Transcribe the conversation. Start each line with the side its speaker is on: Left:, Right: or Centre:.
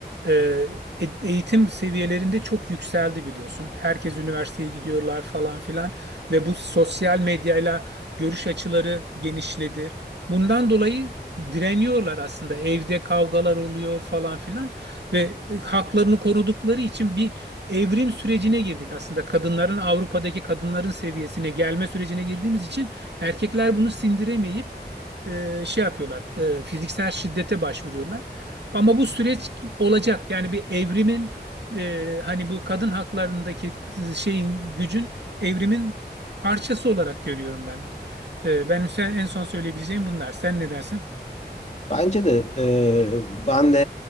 Right: e, e- eğitim seviyelerinde çok yükseldi biliyorsun. Herkes üniversiteye gidiyorlar falan filan ve bu sosyal medyayla görüş açıları genişledi. Bundan dolayı direniyorlar aslında. Evde kavgalar oluyor falan filan ve e, haklarını korudukları için bir evrim sürecine girdik aslında. Kadınların Avrupa'daki kadınların seviyesine gelme sürecine girdiğimiz için erkekler bunu sindiremeyip e, şey yapıyorlar. e, fiziksel şiddete başvuruyorlar. Ama bu süreç olacak. Yani bir evrimin e, hani bu kadın haklarındaki şeyin gücün evrimin parçası olarak görüyorum ben. E, ben en son söyleyebileceğim bunlar. Sen ne dersen?
Left: Bence de e, ben de